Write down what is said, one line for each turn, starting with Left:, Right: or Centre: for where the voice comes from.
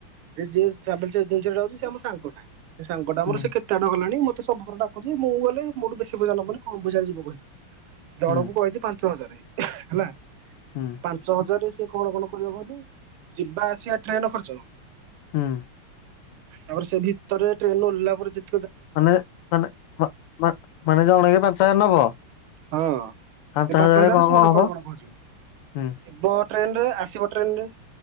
Right: ତ ଯିଏ ଟ୍ରାଭେଲ୍ସି ଏଜେନ୍ସୀରେ ରହୁଚି ସେ ଆମ ସାଙ୍ଗ ଟା। ସେ ସାଙ୍ଗଟା
Left: ହୁଁ
Right: ମୋର ସେ କେତେ ଆଡେ ଗଲାଣି। ମ ସେ ସବୁ ଥର ଡାକୁଚି ମୁଁ ଗଲେ ମୋ ଠୁ ବେଶୀ ପଇସା ନବନି, କମ୍ ପଇସାରେ ଯିବ। କହିଚି। ଜଣକୁ
Left: ହୁଁ ହୁଁ
Right: କହିଚି ପାଞ୍ଚ ହଜାର। ହେଲା।
Left: ହୁଁ
Right: ପାଞ୍ଚ ହଜାରେ ସେ କଣ କଣ କରିବ କହିଲୁ ଯିବା ଆସିବା ଟ୍ରେନ୍ ଖର୍ଚ୍ଚ।
Left: ହଁ।
Right: ତାପରେ ସେ ଭିତରେ ଟ୍ରେନ୍ ରୁ ଓହ୍ଲାଇଲା ପରେ ଯେ
Left: ମାନେ ମାନେ ମା-ମା-ମାନେ ଜଣକେ ପାଞ୍ଚହଜାର ନବ?
Right: ହଁ ସେ
Left: ପାଞ୍ଚ
Right: ପାଞ୍ଚହଜାର
Left: ହଜାରରେ
Right: ଶୁଣ
Left: ହବ?
Right: କଣ କଣ କହୁଚି ମୁଁ
Left: ହୁଁ
Right: ଯିବ ଟ୍ରେନ୍ ରେ ଆସିବ ଟ୍ରେନ୍ ରେ।